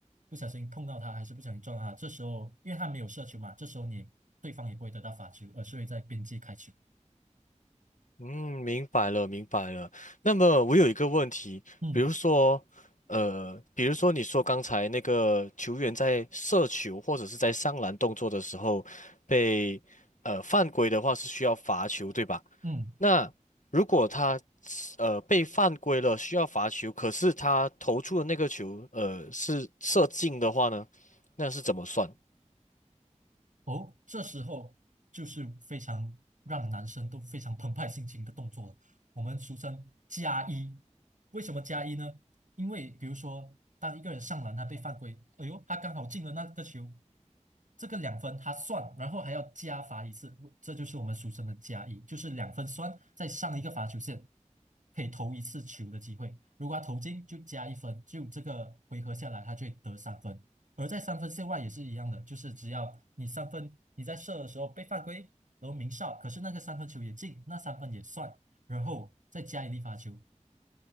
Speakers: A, on the right; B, on the left.
A: 不小心碰到他，还是不小心撞他，这时候因为他没有射球嘛，这时候你对方也不会得到罚球，而是会在边界开球。
B: 嗯，明白了，明白了。那么我有一个问题，
A: 嗯
B: 比如说，呃，比如说你说刚才那个球员在射球或者是在上篮动作的时候被呃犯规的话是需要罚球，对吧？
A: 嗯，
B: 那如果他呃被犯规了需要罚球，可是他投出的那个球呃是射进的话呢，那是怎么算？
A: 哦，这时候就是非常让男生都非常澎湃心情的动作了。我们俗称加一，为什么加一呢？因为比如说，当一个人上篮他被犯规，哎呦，他刚好进了那个球，这个两分他算，然后还要加罚一次，这就是我们俗称的加一，就是两分算再上一个罚球线，可以投一次球的机会。如果他投进就加一分，就这个回合下来他就会得三分。而在三分线外也是一样的，就是只要你三分你在射的时候被犯规，然后鸣哨，可是那个三分球也进，那三分也算，然后再加一粒罚球，